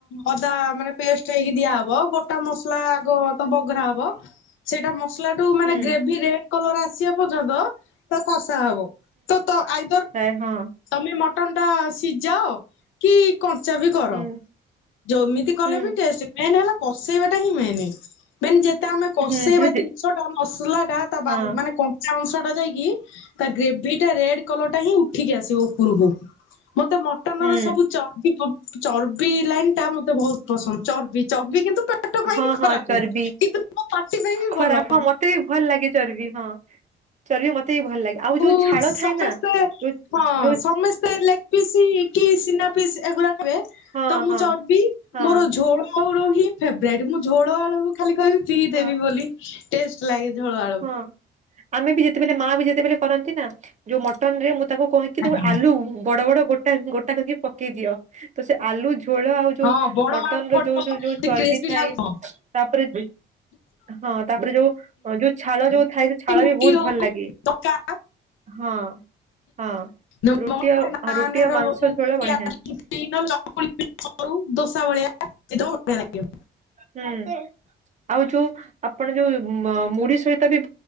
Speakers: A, on the left; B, on the right.
A: ଅଦା ମାନେ ପେଷ୍ଟ ହେଇକି ଦିଆହବ ଗୋଟା ମସଲା କ ତ ବଗରା ହବ ସେଇଟା ମସଲା ଟୁ ମାନେ
B: ହୁଁ
A: ଗ୍ରେଭି ରେ କଲର ଆସିବା ପର୍ଯ୍ୟନ୍ତ ତ କଷା ହବ ତ ତ ଆଇଦର
B: ପ୍ରାୟ ହଁ
A: ତମେ ମଟନ ଟା ସିଝାଅ କି କଞ୍ଚା ବି କର
B: ହୁଁ
A: ଯୋମିତି କଲେ
B: ହୁଁ
A: ବି ଟେଷ୍ଟ ମେନ୍ ହେଲା କଷେଇବା ଟା ହିଁ ମେନେ ମେନ ଯେତେ ଆମେ କଷେଇବା
B: ହୁଁ ଶ୍ରୁତି
A: ଜିନିଷ ଟା ମସଲା ଟା ତା
B: ହଁ
A: ମାନେ ଅଂଶ ଟା ଯାଇକି ତା ଗ୍ରେଭି ଟା ରେଡ୍ କଲର ଟା ହିଁ ଉଠିକି ଆସିବ ଉପରକୁ। ମତେ ମଟନ
B: ହୁଁ
A: ର ସବୁ ଚର୍ବି ଚର୍ବି ଲାଇନ୍ ଟା ମତେ ବହୁତ ପସନ୍ଦ ଚର୍ବି ଚର୍ବି କିନ୍ତୁ ପେଟ ପାଇଁକି
B: ହଁ
A: ଖରାପେ
B: ହଁ ଚର୍ବି
A: କିନ୍ତୁ ମ ପାଟି ପାଇଁ କି
B: ଖରାପ
A: ଭଲ
B: ହଁ ମତେ ବି ଭଲ ଲାଗେ ଚର୍ବି ହଁ ଚର୍ବି ମତେ ବି ଭଲ ଲାଗେ। ଆଉ
A: କୁ
B: ଯୋଉ ଛାଳ
A: ସମସ୍ତେ
B: ଥାଏ ନା ଯୋଉ
A: ହଁ
B: ଯୋଉ
A: ସମ ଲେଗ ପିସ୍ କି ସିନା ପିସ୍ ଏଗୁଡା କରେ
B: ହଁ
A: ତ ମୁଁ
B: ହଁ
A: ଚର୍ବି
B: ହଁ
A: ମୋର ଝୋଳ ମୋର ହିଁ ଫେବରାଇଟ ମୁଁ ଝୋଳ ଆଳୁ ଖାଲି କହିବି ପିଇ
B: ହଁ
A: ଦେବି ବୋଲି ଟେଷ୍ଟ ଲାଗେ ଝୋଳ ଆଳୁ।
B: ହଁ ଆମେ ବି ଯେତେବେଲେ ମା ବି ଯେତେବେଲେ କରନ୍ତି ନା ଯୋଉ ମଟନରେ ମୁଁ ତାଙ୍କୁ କହିକି ତାଙ୍କୁ
A: ଆଜ୍ଞା
B: ଆଲୁ ବଡ ବଡ ଗୋଟା ଗୋଟା କରିକି ପକେଇ ଦିଅ ତ ସେ ଆଲୁ ଝୋଳ ଆଉ ଯୋଉ
A: ହଁ ବଡ
B: ମଟନ
A: ଆଳୁ
B: ର
A: ପଡିଥିବ
B: ଯୋଉ ଯୋଉ ଯୋଉ
A: ସେ
B: ଚର୍ବି
A: କ୍ରିସ୍ପି
B: ଥାଏ।
A: ଲାଗୁଥିବ
B: ତାପରେ <unintelligible> ହଁ ତାପରେ ଯୋଉ ଯୋଉ ଛାଳ ଯୋଉ ଥାଏ ସେ ଛାଳ
A: ରୁଟି
B: ବି ବହୁତ
A: ହଉ
B: ଭଲ ଲାଗେ
A: ତରକା
B: ହଁ। ହଁ
A: ନାନରେ
B: ରୁଟିଆ ରୁଟିଆ ମାଂସ
A: ହଉ
B: ଝୋଳ
A: କି
B: ବଢି <unintelligible>
A: <unintelligible> ଚକୁଳି ପିଠା ହଉ ଦୋସା ଭଳିଆ <unintelligible> ବଢ଼ିଆ ଲାଗିବ।
B: ହୁଁ ଆଉ ଯୋଉ ଆପଣ ଯୋଉ ମ ମୁଢି ସହିତ ବି